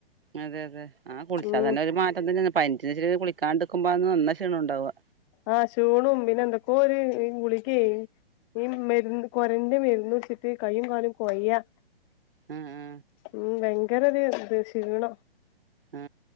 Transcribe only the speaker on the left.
ഉം
ആ ശൂണും പിന്നെ എന്തൊക്കോ ഒരു ഈ ഗുളിക്ക് ഈ മരുന്ന് കൊരന്റെ മരുന്ന് വെച്ചിട്ട് കൈയും കാലും കൊയ്യ
ഉം ബ ഭയങ്കര ര്ത് ശീണം